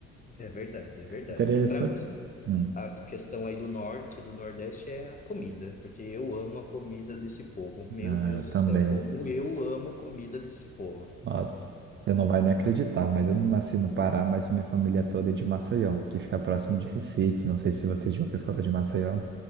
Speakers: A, on the left; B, on the right.
A: É verdade, é verdade.
B: Interessante.
A: E para mim,
B: Hum,
A: a questão aí do norte e do nordeste é a comida, porque eu amo a comida desse povo. Meu
B: ah,
A: Deus do
B: também.
A: céu, como eu amo a comida desse povo.
B: Nossa, você não vai nem acreditar, mas eu não nasci no Pará, mas minha família toda é de Maceió, que fica próximo de Recife. Não sei se você já ouviu falar de Maceió.